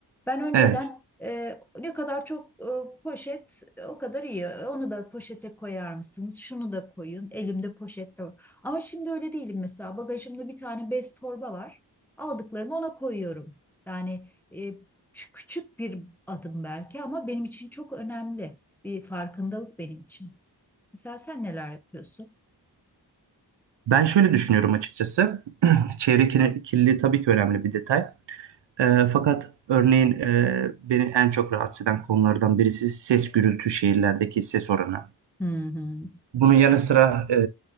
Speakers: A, in the centre; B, on the right (about 85°).
A: Ben önceden
B: Evet.
A: e, ne kadar çok e, poşet e, o kadar iyi. Onu da poşete koyar mısınız? Şunu da koyun. Elimde poşet de var. Ama şimdi öyle değilim mesela. Bagajımda bir tane bez torba var. Aldıklarımı ona koyuyorum. Yani e, çü- küçük bir adım belki ama benim için çok önemli bir farkındalık benim için. Mesela sen neler yapıyorsun?
B: Ben şöyle düşünüyorum açıkçası. <clears throat> Çevre kirli- kirliliği tabii ki önemli bir detay. E, fakat örneğin e, beni en çok rahatsız eden konulardan birisi ses gürültü şehirlerdeki ses oranı.
A: Hı hı,
B: Bunun yanı sıra e,